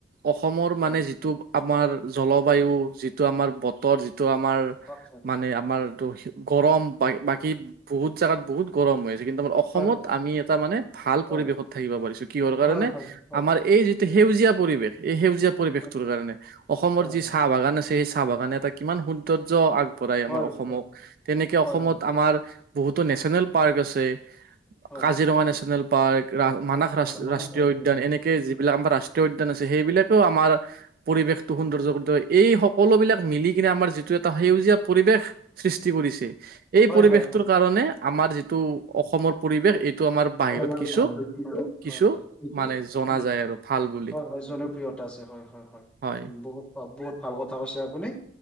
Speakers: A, on the right (about 50°); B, in the centre.
A: অসমৰ
B: হয়
A: মানে যিটো আমাৰ জলবায়ু যিটো আমাৰ বতৰ যি। তটো আমাৰ
B: হয়
A: মানে আমাৰ এইটো গৰম বা বাকী বহুত। জাগাত বহুত গৰম হয়। কিন্তু আমাৰ অসমত
B: হয় হয় হয় হয়
A: আমি এটা মানে ভাল
B: হয়
A: পৰিৱেশত থাকিব পাৰিছো কিহৰ কাৰণে
B: হয় হয় হয়
A: আমাৰ এই যি। সেউজীয়া পৰিৱেশ। এই সেউজীয়া পৰিৱেশটোৰ
B: হয়
A: কাৰণে অসমৰ
B: হয়
A: যি চাহ বাগান আছে সেই চাহ বাগানে এটা কিমান সৌন্দৰ্য আগ।
B: হয় হয়
A: অসমক
B: হয়
A: তেনেকে
B: হয়
A: অসমত
B: হয় হয়
A: আমাৰ বহুতো নেচনেল। পাৰ্ক আছে
B: হয়
A: কাজিৰঙা
B: হয়
A: নেচনেল পাৰ্ক। ৰা মানস ৰা
B: হয়
A: ৰাষ্ট্ৰীয়
B: হয়
A: উদ্যান এনেকে
B: হয় হয় হয় হয়
A: যিবিলাক আমাৰ ৰাষ্ট্ৰীয় উদ্যান আছে সেইবিলাকেও আমাৰ। পৰিৱেশটো সৌন্দৰ্য কৰি এই সকলোবিলাক মিলি কিনে আমাৰ যিটো এটা সেউজীয়া পৰিৱেশ। সৃষ্টি কৰিছে এই পৰিৱেশটোৰ
B: হয়
A: কাৰণে আমাৰ যিটো অসমৰ পৰিৱেশ এইটো। আমাৰ বাহিৰত
B: হয়-হয়-হয়-হয়
A: কিছু কিছু মানে জনা যায় আৰু ভাল বুলি
B: জনপ্ৰিয়। আছে হয়-হয়-হয়
A: হয়
B: বহুত-বহুত ভাল কথা কৈছে আপুনি